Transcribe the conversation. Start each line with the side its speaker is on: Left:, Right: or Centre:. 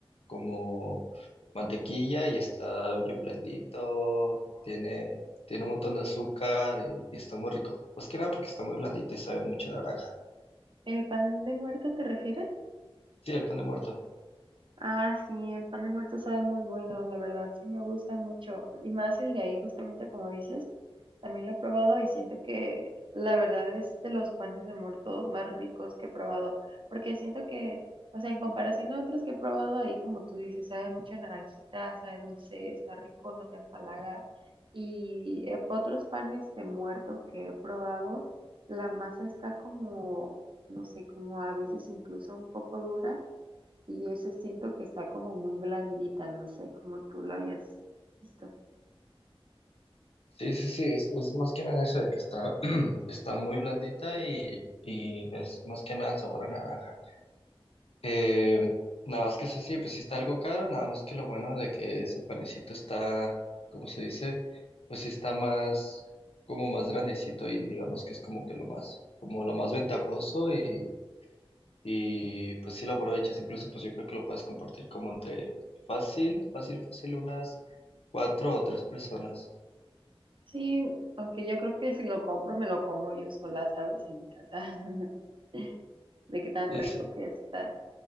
Left: como mantequilla y está bien blandito. Tiene, tiene un montón de azúcar y, y está muy rico. Más que nada porque está muy blandito y sabe mucho a naranja.
Right: ¿El pan de muerto te refieres?
Left: Sí, el pan de muerto.
Right: Ah, sí, el pan de muerto sabe muy bueno, la verdad, sí me gusta mucho. Y más el de ahí, justamente como dices, también lo he probado y siento que la verdad es de los panes de muerto más ricos que he probado, porque siento que, o sea, en comparación a otros que he probado ahí, como tú dices, sabe mucho a naranjita, sabe dulce, está rico, no te empalaga. Y eh, otros panes de muerto que he probado, la masa está como, no sé, como a veces incluso un poco dura y eso siento que está como muy blandita, no sé cómo tú lo hayas visto.
Left: Sí, sí, sí. Es, es más que nada eso de que está, <clears throat> está muy blandita y, y es más que nada el sabor a naranja. Eh, nada más que eso sí, pues sí está algo caro, nada más que lo bueno de que ese panecito está, ¿cómo se dice? Pues sí está más, como más grandecito y digamos que es como que lo más, como lo más ventajoso y, y pues sí lo aprovechas, incluso pues yo creo que lo puedes compartir como entre fácil, fácil, fácil, unas cuatro o tres personas.
Right: Sí, aunque yo creo que si lo compro me lo como yo sola, ¿sabes? En mi casa. <laughs> De qué tan
Left: <laughs>
Right: rico que está.